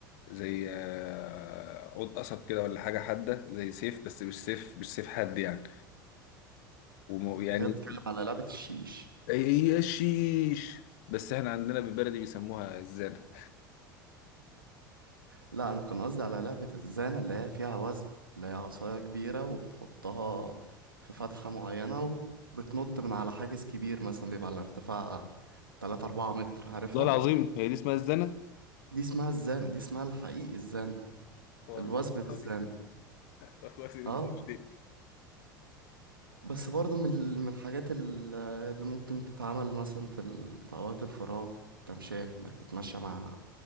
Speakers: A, on the left; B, on the right.
A: زي آه، عود قصب كده ولا حاجه حاده زي سيف بس مش سيف مش سيف حاد يعني وم-
B: انت
A: يعني
B: كده بتتكلم على لعبة الشيش
A: اي يا شيش بس احنا عندنا بالبلدي بيسموها الزانه
B: لا انا كان قصدي على لعبة الزانة اللي هي فيها وثب اللي هي عصاية كبيرة وبتحطها في فتحة معينة وبتنط من على حاجز كبير مثلا بيبقى على ارتفاع 3 4 متر عارفها
A: والله العظيم هي دي اسمها الزنا
B: دي اسمها الزانة دي اسمها الحقيقي الزانة
A: والله
B: الوثب
A: <laughs>
B: بالزانة
A: طب كويس ان انت
B: اه
A: شفتني
B: بس برضه من ال- من الحاجات ال- اللي ممكن تتعمل مثلا في ال... في اوقات الفراغ التمشية انك تتمشى مع